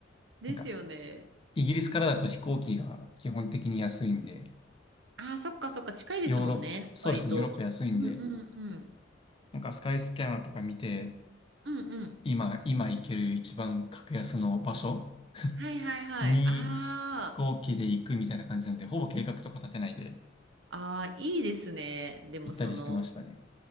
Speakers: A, on the right (about 65°); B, on the left (about 30°).
A: ですよね。
B: なんか、イギリスからだと飛行機が基本的に安いんで、
A: ああ、そっかそっか、近いですもんね、
B: ヨーロッパ、そうですね、
A: 割と。
B: ヨーロッパ安いんで、
A: うんうんうん。
B: なんかスカイスキャナーとか見て、
A: うんうん。
B: 今、今行ける一番格安の場所
A: はいはいはい。
B: <laughs> に飛行機で行くみたいな感じなんで、
A: あ
B: ほぼ計画とか立てないで
A: あ、ああ、いいですね。でもその、
B: 行ったりしてましたね。